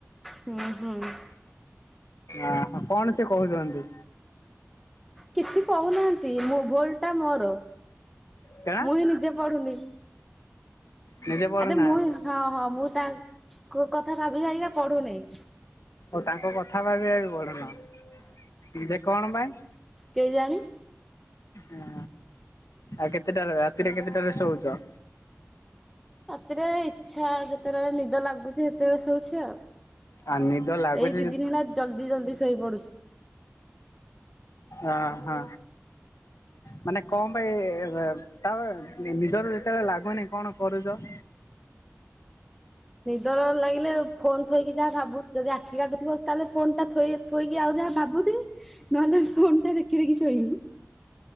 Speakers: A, in the centre; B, on the left.
A: ହୁଁ ହୁଁ।
B: ଓହୋ କଣ ସେ କହୁଛନ୍ତି।
A: କିଛି କହୁନାହାନ୍ତି ମୋ ଭୋଲ ଟା ମୋର
B: କଣ
A: ମୁଁ ହିଁ ନିଜେ ପଢୁନି।
B: ନିଜେ ପଢୁନାହାନ୍ତି
A: ଆରେ ମୁଁ ହଁ ହଁ ମୁଁ ତାଙ୍କ କଥା ଭାବି ଭାବିକା ପଢୁନେଇ।
B: ଅ ତାଙ୍କ କଥା ଭାବିବା ବି ପଢୁନ। ଯେ କଣ ପାଇଁ?
A: କେଇଜାଣି।
B: ଓ ଆଉ କେତେଟା ରାତିରେ କେତେଟାରେ ଶୋଉଛ?
A: ରାତିରେ ଇଚ୍ଛା ଯେତେବେଳେ ନିଦ ଲାଗୁଛି ସେତେବେଳେ ଶୋଉଛି ଆଉ।
B: ଆଉ ନିଦ ଲାଗୁଛି
A: ଏଇ ଦି ଦିନି ହେଲା ଜଲଦି ଜଲଦି ଶୋଇ ପଡୁଛି।
B: ଓ ହୋ। ମାନେ କଣ ପାଇଁ ତ ନିଦ ଯେତେବେଳେ ଲାଗୁନି କଣ କରୁଛ?
A: ନିଦ ନ ଲାଗିଲେ ଫୋନ୍ ଥୋଇକି ଯାହା ଭାବୁ ଯଦି ଆଖି କାଟୁଥିବ ତାହେଲେ ଫୋନ୍ ଟା ଥୋଇ ଶୋଇକି ଆଉ ଯାହା ଭାବୁଥିବି ନହେଲେ ଫୋନ୍ ଟା ଦେଖି ଦେଖି ଶୋଇବି।